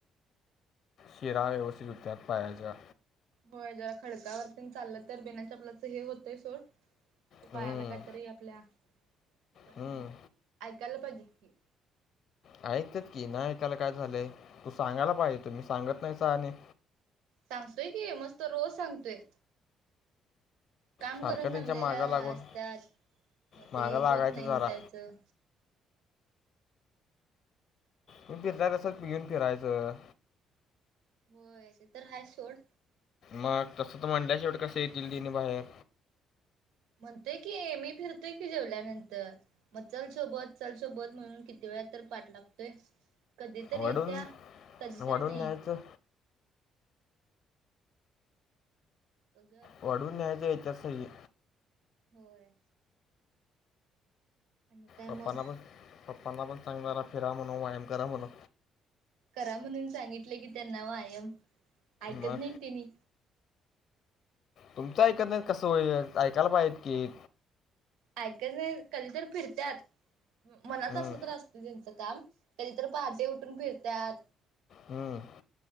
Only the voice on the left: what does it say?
शिरा व्यवस्थित हुत्यात पायाच्या.
हम्म,
हम्म.
ऐकतेत की, नाई ऐकायला काय झालंय? तू सांगायला पाहिजे, तुमी सांगत नाहीसा आणि-
सारखं
त्यांच्या
मागा लागून
मागा
लागायचं
जरा
तू
बी जरासक
घेऊन फिरायचं.
मग तसं तर म्हणल्या, शेवटी कसं येतील तिनी बाहेर.
वडून
वडून
न्यायचं
वाढून न्यायचं, इथं सही ए.
पप्पांना
म्हण, पप्पांना पण सांग जरा, फिरा म्हणून, व्यायाम करा म्हणू-
मग
तुमचं ऐकत नाई कसं होईल, ऐकायला पाहीजेत की.
हम्म,
हं..